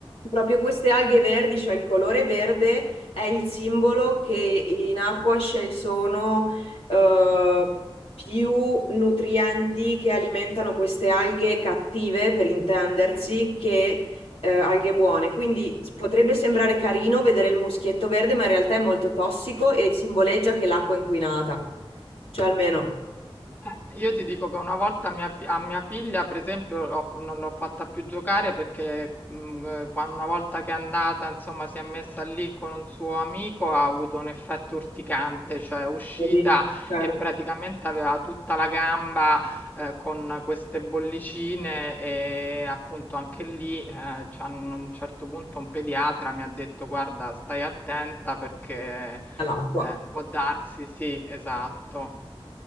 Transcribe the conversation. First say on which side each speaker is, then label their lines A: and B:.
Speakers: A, on the left; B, on the left.
A: proprio queste alghe verdi, cioè il colore verde, è il simbolo che in acqua ci sono eh, più nutrienti che alimentano queste alghe cattive, per intendersi, che eh, alghe buone. Quindi s- potrebbe sembrare carino vedere il muschietto verde, ma in realtà è molto tossico e simboleggia che l'acqua è inquinata. Cioè almeno,
B: Eh, io ti dico che una volta mia fi- a mia figlia, per esempio, l'ho- non l'ho fatta più giocare perché mm, eh, quando, una volta che è andata, insomma, si è messa lì con un suo amico, ha avuto un effetto urticante, cioè è uscita
A: vedi, certo,
B: e praticamente aveva tutta la gamba eh, con queste bollicine e appunto anche lì, eh, c'hanno- a un certo punto un pediatra mi ha detto, guarda, stai attenta perché...
A: all'acqua.
B: Eh, può darsi, sì, esatto.